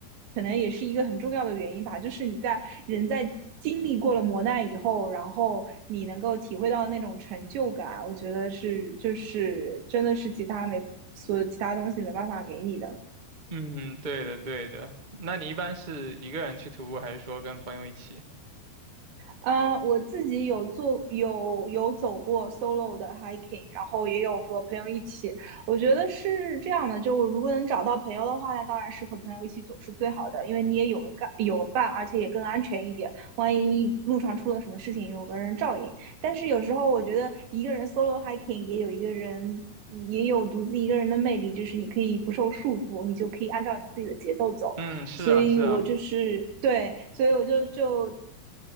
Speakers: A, on the right; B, on the right.
A: 可能也是一个很重要的原因吧，就是你在人在。经历过了磨难以后，然后你能够体会到那种成就感，我觉得是就是真的是其他没所其他东西没办法给你的。
B: 嗯，对的，对的。那你一般是一个人去徒步，还是说跟朋友一起？
A: 呃，我自己有做有有走过 solo 的 hiking，然后也有和朋友一起。我觉得是这样的，就我如果能找到朋友的话，那当然是和朋友一起走是最好的，因为你也有个伴，有个伴，而且也更安全一点。万一路上出了什么事情，有个人照应。但是有时候我觉得一个人 solo hiking 也有一个人。也有独自一个人的魅力，就是你可以不受束缚，你就可以按照你自己的节奏走。
B: 嗯，是啊，
A: 所以我就是对，
B: 是啊。
A: 所以我就就